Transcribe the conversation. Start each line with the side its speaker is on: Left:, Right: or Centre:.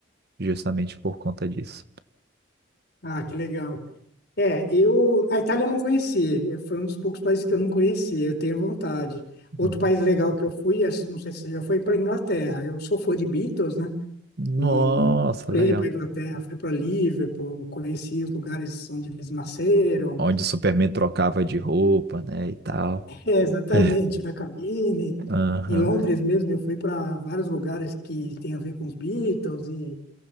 Right: justamente por conta disso.
Left: Ah, que legal. É, eu a Itália eu não conheci. Eu- Foi um dos poucos países que eu não conheci. Eu tenho vontade.
Right: Uhum.
Left: Outro país legal que eu fui, acho- não sei se você já foi, para Inglaterra. Eu sou fã de Beatles, né?
Right: Nossa,
Left: E fui
Right: legal.
Left: para Inglaterra, fui para Liverpool, conheci os lugares onde eles nasceram.
Right: Onde o Superman trocava de roupa, né, e tal.
Left: É, exatamente,
Right: <laughs>
Left: na cabine.
Right: Aham.
Left: Em Londres mesmo, eu fui para vários lugares que tem a ver com os Beatles e